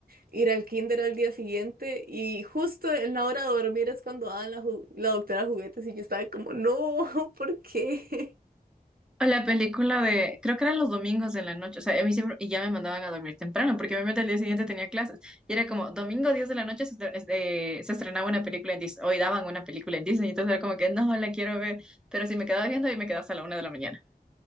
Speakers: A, on the right; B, in the centre.
A: ir al kinder al día siguiente y justo en la hora de dormir es cuando daban la, ju- la doctora Juguetes y yo estaba como, no, <laughs> ¿por qué?
B: A la película de, creo que eran los domingos de la noche, o sea, a mí siempre, y ya me mandaban a dormir temprano, porque obviamente al día siguiente tenía clases, y era como, domingo 10 de la noche se, estre- es de- se estrenaba una película en Disney, hoy daban una película en Disney, entonces era como que, no, la quiero ver, pero si me quedaba viendo, ahí me quedaba hasta la una de la mañana.